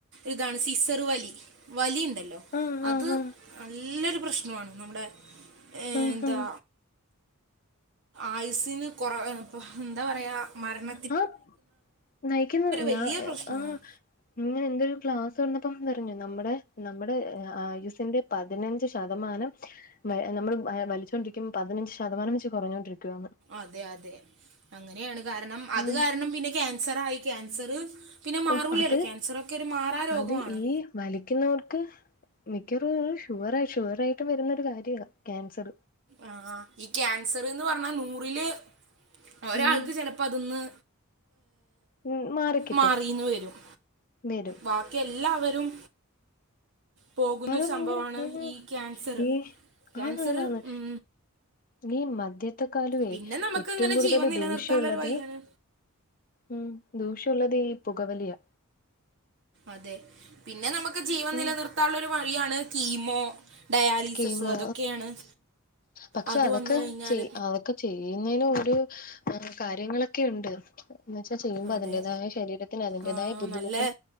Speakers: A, on the right; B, on the left.
A: ഇതാണ് സിസർ വലി വലി ഉണ്ടല്ലോ
B: ആഹ് ആഹ്
A: അത്
B: ആഹ്
A: നല്ലൊരു പ്രശ്നമാണ് നമ്മുടെ ഏയ്
B: ആഹ്
A: എന്താ ആയുസിന് കൊറവ എന്താ പറയാ മരണ
B: ആഹ് നയിക്കുന്ന ഞാ
A: വലിയ പ്രശ്നമാണ്
B: ആഹ് ഇങ്ങനെ എന്തൊരു ക്ലാസ് വന്നപ്പം പറഞ്ഞു നമ്മുടെ നമ്മുടെ ആയുസിന്റെ പതിനഞ്ച് ശതമാനം നമ്മൾ വലിച്ചോണ്ടിരിക്കുമ്പോ പതിനഞ്ച് ശതമാനം വെച്ച് കുറഞ്ഞോണ്ടിരിക്കുവാണ്
A: അതെ അതെ അങ്ങനെയാണ് കാരണം അത്
B: ആഹ്
A: കാരണം പിന്നെ ക്യാൻസർ ആയി ക്യാൻസറ് പിന്നെ മാറൂലല്ലേ
B: ഓഹ് അത്
A: ക്യാൻസറൊക്കെ ഒരു മാറാ രോഗമാണ്
B: അത് ഈ വലിക്കുന്നവർക്ക് മിക്കവറും ഷുഗർ ഷുഗറായിട്ട് വരുന്നൊരു കാര്യ ക്യാൻസർ
A: ആഹ് ഈ ക്യാൻസർന്ന് പറഞ്ഞ നൂറില് ഒരാൾക്ക്
B: ഉം
A: ചെലപ്പോ അതൊന്ന്
B: ഉം മാറിക്കിട്ടും
A: മാറീന്ന് വരും
B: വരും
A: ബാക്കി എല്ലാവരും പോകുന്നൊരു
B: മാറാൻ
A: സംഭവമാണ്
B: ഭയങ്കര ആഹ്
A: ഈ ക്യാൻസർ
B: ഈ
A: ക്യാൻസറ്
B: ആന്നാന്നാന്ന്
A: ഉം
B: ഈ മദ്യത്തെ കാളുവേ
A: പിന്നെ നമുക്ക്
B: ഏറ്റവും
A: ഇങ്ങനെ
B: കൂടുതൽ
A: ജീവൻ നിലനിർത്താനുള്ള
B: ദൂഷ്യ ഉള്ളത്
A: ഒരു വഴിയാണ്
B: ഉം ദൂഷ്യം ള്ളത് ഈ പുകവലിയാ
A: അതെ പിന്നെ നമുക്ക് ജീവൻ
B: ഉം
A: നിലനിർത്താനുള്ള ഒരു വഴിയാണ് കീമോ ഡയാലിസിസ്
B: കീമോ
A: അതൊക്കെയാണ്
B: പക്ഷെ
A: അത്
B: അതൊക്കെ
A: വന്ന് കഴിഞ്ഞാൽ
B: ചെയ ക്കെ ചെയ്യുന്നതിന് ഒരു കാര്യങ്ങളൊക്കെ ഉണ്ട് വെച്ചാ ചെയ്യുമ്പോ
A: അതെ
B: അതിന്റേതായ ശരീരത്തിന് അതിന്റേതായ
A: ആഹ്
B: ബുദ്ധിമുട്ടും
A: നല്ല